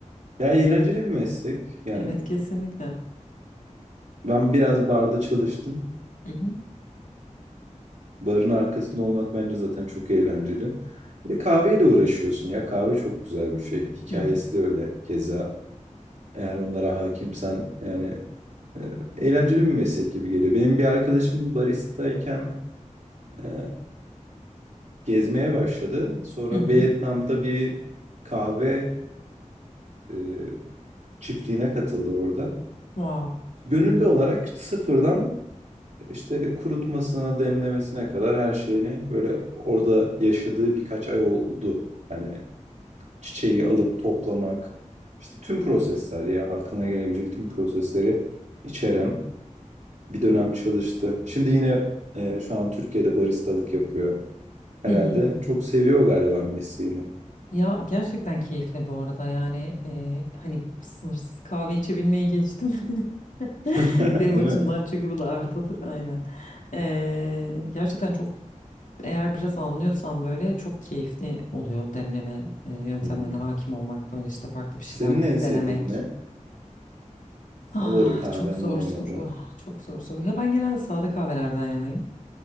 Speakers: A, on the right; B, on the left.
A: Ya eğlenceli bir meslek. Yani
B: <laughs> Evet kesinlikle.
A: ben biraz barda çalıştım.
B: Hı hı.
A: Barın arkasında olmak bence zaten çok eğlenceli. Bir de kahveyle uğraşıyorsun ya. Kahve çok güzel bir şey. Hikayesi
B: Hı hı.
A: de öyle keza. Eğer onlara hakimsen yani e, eğlenceli bir meslek gibi geliyor. Benim bir arkadaşım baristayken e, gezmeye başladı. Sonra
B: Hı hı.
A: Vietnam'da bir kahve e, çiftliğine katıldı orada.
B: Wow.
A: Gönüllü olarak sıfırdan işte kurutmasına, demlemesine kadar her şeyini böyle orada yaşadığı birkaç ay oldu. Hani çiçeği alıp toplamak, işte tüm prosesler ya aklına gelebilecek tüm prosesleri içeren bir dönem çalıştı. Şimdi yine e, şu an Türkiye'de baristalık yapıyor. Herhalde
B: Hı hı.
A: çok seviyor galiba mesleğini.
B: Ya gerçekten keyifli bu arada yani e, hani sınırsız kahve içebilmeyi geçtim. <laughs>
A: <laughs>
B: Benim
A: Değil
B: açımdan
A: mi?
B: çünkü bu da artıdır aynen. E, gerçekten çok eğer biraz anlıyorsan böyle çok keyifli oluyor demleme e, yöntemlerine
A: Hı hı.
B: hakim olmak böyle işte farklı bir şeyler
A: Senin en sevdiğin
B: denemek.
A: ne?
B: Ah,
A: Favori kahven
B: çok zor
A: ne
B: soru
A: ya da?
B: çok zor soru. Ya ben genelde sade kahvelerden yanayım.